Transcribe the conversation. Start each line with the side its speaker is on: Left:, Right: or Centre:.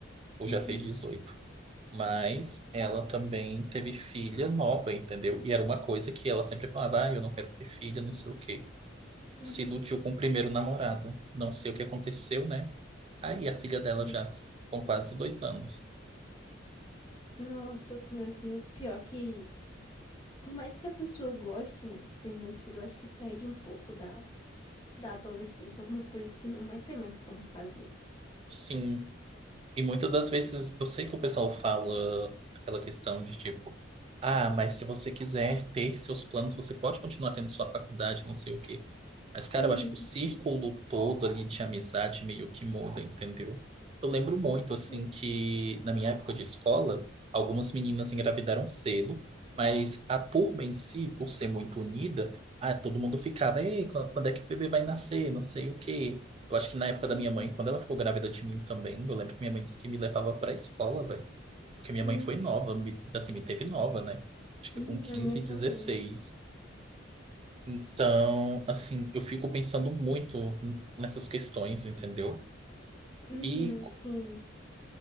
Right: ou
Left: Uhum.
Right: já fez 18. Mas ela também teve filha nova, entendeu? E era uma coisa que ela sempre falava, ah, eu não quero ter filha, não sei o quê.
Left: Uhum.
Right: Se iludiu com o primeiro namorado. Não sei o que aconteceu, né? Aí a filha dela
Left: Sim.
Right: já com quase dois anos.
Left: Nossa, meu Deus, pior que, por mais que a pessoa goste, né, de ser mãe e tudo, eu acho que perde um pouco da, da adolescência, algumas coisas que não vai ter mais como fazer.
Right: Sim, E muitas das vezes eu sei que o pessoal fala aquela questão de tipo, ah, mas se você quiser ter seus planos, você pode continuar tendo sua faculdade, não sei o quê. Mas, cara,
Left: Uhum,
Right: eu acho que o círculo todo ali de amizade meio que muda, entendeu? Eu lembro muito,
Left: sim.
Right: assim, que na minha época de escola, algumas meninas engravidaram cedo, mas a turma em si, por ser muito unida, ah, todo mundo ficava, ei, qu- quando é que o bebê vai nascer? Não sei o quê. Eu acho que na época
Left: Uhum,
Right: da minha mãe, quando ela ficou grávida de mim também, eu lembro que minha mãe disse que me levava pra escola, velho. Porque minha
Left: uhum,
Right: mãe foi nova, me, assim, me teve nova, né? Acho que foi
Left: uhum,
Right: com quinze
Left: a minha também.
Right: e dezesseis então, assim, eu fico pensando muito n- nessas questões, entendeu?
Left: Uhum,
Right: E, co-
Left: sim.